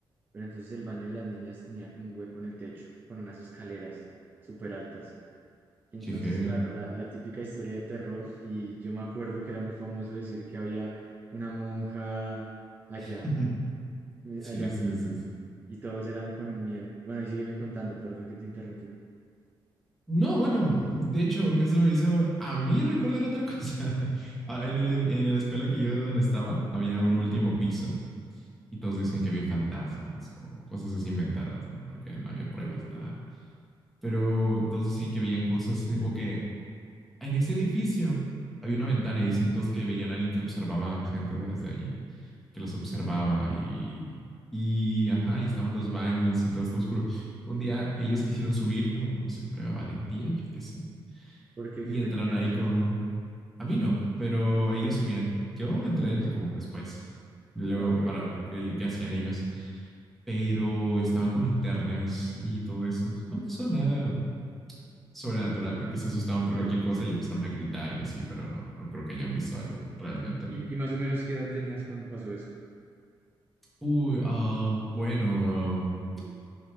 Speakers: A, on the right; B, in the centre.
A: pero entonces el baño de las niñas tenía como un hueco en el techo, con unas escaleras súper altas. Y Entonces,
B: Qué heavy.
A: claro, la, la típica historia de terror, y yo me acuerdo que era muy famoso decir que había una monja allá,
B: <laughs>
A: eh,
B: Sí,
A: allá metida.
B: sí, sí. sí.
A: Y todos eran con el miedo. Bueno, y sígueme contando, perdón que te interrumpí.
B: No, bueno, de hecho, eso me hizo a mí recordar otra cosa. <laughs> Ah, En el, en la escuela que yo de donde estaba, había un último piso y todos decían que había fantasmas o cosas así inventadas, ¿no? Porque no había
A: Ok,
B: pruebas,
A: ok.
B: nada. Pero todos decían que habían cosas eh, o que en ese edificio había una ventana y dicen todos que veían a alguien que observaba a gente desde ahí. que los observaba y, y, ajá, y estaban los baños y todo está oscuro. Un día ellos quisieron subir como, no sé, prueba valentía, yo qué sé,
A: ¿Por qué?
B: y
A: ¿Qué te
B: entraron
A: ponían
B: ahí
A: a hacer?
B: con... A mí no, pero ellos subían. Yo entré como después, luego
A: Ok.
B: para ver qué, qué hacían ellos, pero estaban con linternas y todo eso. No pasó nada sobrenatural, creo que se asustaban por cualquier cosa y empezaron a gritar y así, pero no, no creo que hayan visto algo realmente.
A: Y, y más o menos qué edad tenías cuando pasó eso.
B: Uy, um, bueno, um,